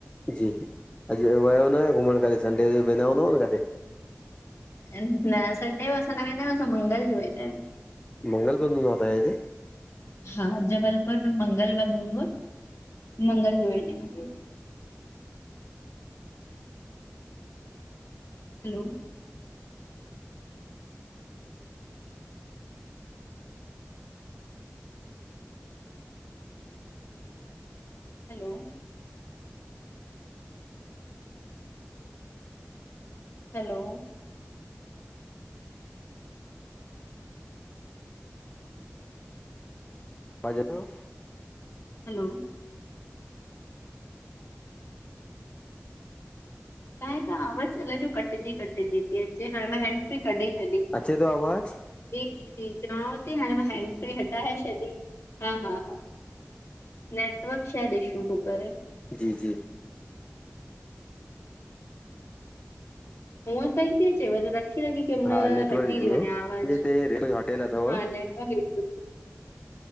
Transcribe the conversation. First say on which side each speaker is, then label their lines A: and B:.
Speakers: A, on the left (about 20°); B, on the left (about 60°).
A: जी अॼु विया न आहियो घुमण संडे ते वेंदा हूंदा न किथे
B: न असां संडे जो न वेंदा आहियूं असां मंगल जो वेंदा आहियूं
A: मंगल बंद हुदों आ तवांजे हिते?
B: हा जबलपुर में मंगलवंद हूंदो आहे मंगल जो ॾीहं हैलो हलो हैलो
A: आवाज अचे थो
B: हैलो त त आवाज़ा कटिजी कटिजी थी अचे कहिं कॾिहं
A: अचेव अचे थो आवाज़ु
B: जी जी जी चवांव थी हाणे मां हैंड फ्री हटाए छॾी हा हा हा नेटवर्क शयद इशू तूं करे
A: जी जी
B: हू सही थी हटजी वञे
A: हा नेटवर्क
B: थी
A: इशू हुयो मुंहिंजे
B: आवाज
A: हिते रेलवे होटेल अथव
B: हा नेटवरक इशू